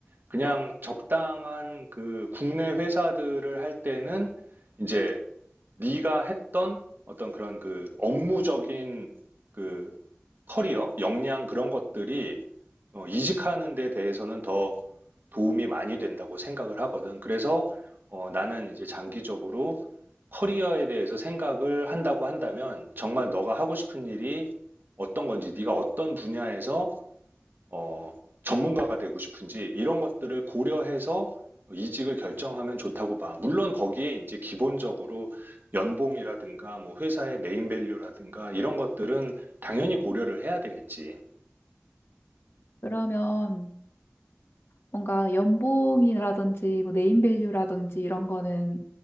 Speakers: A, on the right (about 55°); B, on the left (about 75°).
A: 그냥 적당한 그 국내 회사들을 할 때는 이제 네가 했던 어떤 그런 그 업무적인 그 커리어, 역량 그런 것들이 어, 이직하는 데 대해서는 더 도움이 많이 된다고 생각을 하거든. 그래서 어, 나는 이제 장기적으로 커리어에 대해서 생각을 한다고 한다면 정말 너가 하고 싶은 일이 어떤 건지, 네가 어떤 분야에서 어, 전문가가 되고 싶은지 이런 것들을 고려해서 이직을 결정하면 좋다고 봐. 물론 거기에 이제 기본적으로 연봉이라든가 뭐 회사의 네임밸류라든가 이런 것들은 당연히 고려를 해야 되겠지.
B: 그러면 뭔가 연봉이라든지 뭐 네임밸류라든지 이런 거는